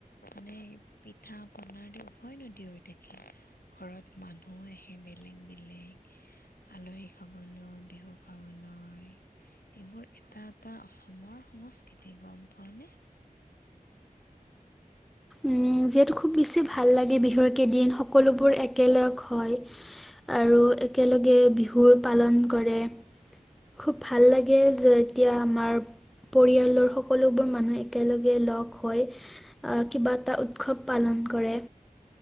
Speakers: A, on the left; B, in the centre.
A: মানে পিঠা পনাৰ দি উভয় নদী হৈ থাকে ঘৰত মানুহ আহে বেলেগ বেলেগ আলহী খাবলৈ বিহু খাবলৈ এইবোৰ এটা এটা অসমৰ সংস্কৃতি গম পোৱা নে
B: উম যিহেতু খুব বেছি ভাল লাগে বিহুৰ কেইদিন সকলোবোৰ একেলগ হয় আৰু একেলগে বিহু পালন কৰে খুব ভাল লাগে যে এতিয়া আমাৰ পৰিয়ালৰ সকলোবোৰ মানুহ একেলগে লগ হয় আ কিবা এটা উৎসৱ পালন কৰে